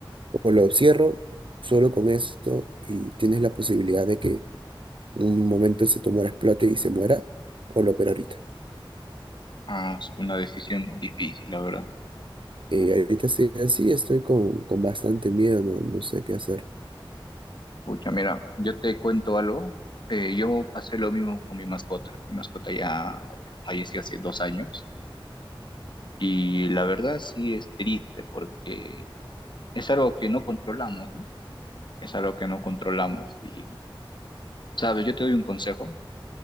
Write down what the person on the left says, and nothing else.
ah, es una decisión difícil, la verdad.
Pucha, mira, yo te cuento algo. Eh, yo pasé lo mismo con mi mascota. Mi mascota ya falleció hace dos años y la verdad sí es triste porque es algo que no controlamos, ¿no? Es algo que no controlamos. Y, sabes, yo te doy un consejo.